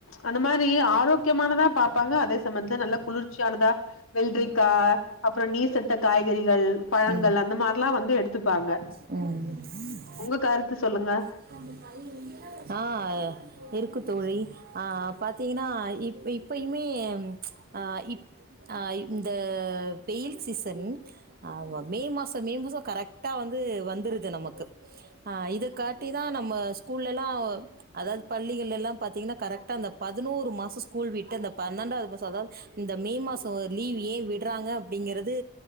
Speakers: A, on the left; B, on the right.
A: அந்த மாரி ஆரோக் யமானதா பாப்பாங்க அதே சமயத்துல நல்ல குளிர்ச்சியானதா வெள்ரிக்கா அப்றோ நீர் சத்த காய்கறிகள், பழங்கள்
B: ம்
A: அந்த மாரில்லாஜ வந்து எடுத்துப்பாங்க
B: <unintelligible>
A: ஒங்க கார் த்து சொல்லுங்க
B: <unintelligible> ஆ இருக்கு தோழி ஆ பாத்தீங்கன்னா இப்ப இப்பயுமே ஆ இப் அ இந்த வெயில் சீசன் ஆமா மே மாசோ மே மாசோ கரெக்டா வந்து வந்துருது நமக்கு ஆ இது காட்டி தா நம்ம ஸ்கூல்லல்லா அதாவது பள்ளிகள் எல்லா பாத்தீங்கன்னா அந்த பதினோரு மாசோ ஸ்கூல் விட்டு அந்த பன்னெண்டாவது மாஷோ இந்த மே மாசோ லீவ் ஏ விடுறாங்க அப்டிங்றது